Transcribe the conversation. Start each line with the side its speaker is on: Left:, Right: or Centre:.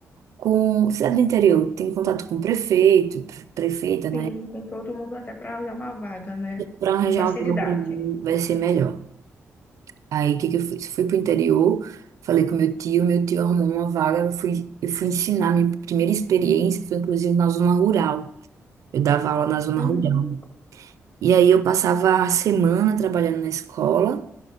Right: com cidade do interior, tem contato com o prefeito, pre- prefeita, né?
Left: Sim, com todo mundo até para arranjar uma vaga, né?
Right: Para arranjar
Left: Facilidade.
Right: um valor para mim vai ser melhor. Aí o que que eu fiz? Fui pro interior, falei com meu tio, meu tio arrumou uma vaga, eu fui, eu fui ensinar minha primeira experiência, foi inclusive na zona rural. Eu dava aula na zona
Left: Uhum.
Right: rural. E aí eu passava a semana trabalhando na escola